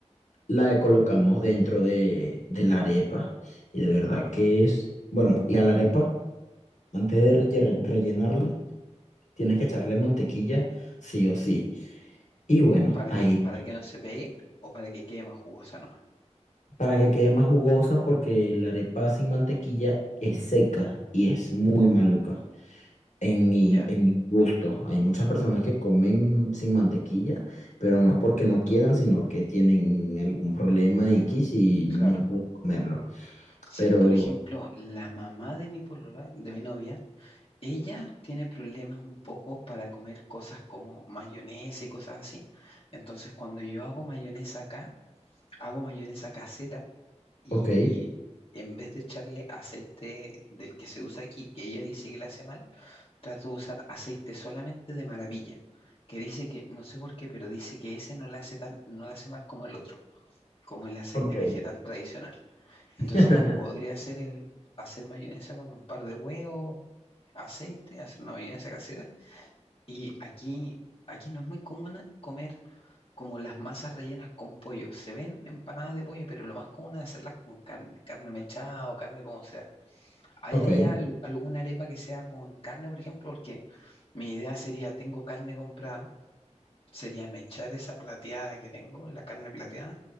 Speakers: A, on the left; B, on the left.
A: la colocamos dentro de, de la arepa. Y de verdad que es, bueno, y a la arepa, antes de relle- rellenarla, tienes que echarle mantequilla, sí o sí. Y bueno,
B: para
A: ahí
B: que, para que no se pegue o para que quede más jugosa nomás.
A: para que quede más jugosa porque la arepa sin mantequilla es seca y es muy maluca. En mi,
B: Ya,
A: en mi gusto, hay muchas personas que comen sin mantequilla, pero no es porque no quieran, sino que tienen algún problema X y no
B: claro.
A: pueden comerlo.
B: Sí,
A: Pero,
B: por ejemplo, la mamá de mi polola, de mi novia, ella tiene problemas un poco para comer cosas como mayonesa y cosas así. Entonces, cuando yo hago mayonesa acá, hago mayonesa casera y
A: ok,
B: en vez de echarle aceite del que se usa aquí, que ella dice que le hace mal, trato de usar aceite solamente de maravilla, que dice que, no sé por qué, pero dice que ese no le hace tan, no le hace mal como el otro, como el aceite
A: ok,
B: vegetal tradicional.
A: <laughs>
B: Entonces lo que podría hacer es hacer mayonesa con un par de huevos, aceite, hacer una mayonesa casera. Y aquí, aquí no es muy común comer como las masas rellenas con pollo. Se ven empanadas de pollo, pero lo más común es hacerlas con carne, carne mechada o carne como sea. ¿Hay
A: ok.
B: allá al- alguna arepa que sea con carne, por ejemplo? Porque mi idea sería, tengo carne comprada, sería mechar esa plateada que tengo, la carne plateada,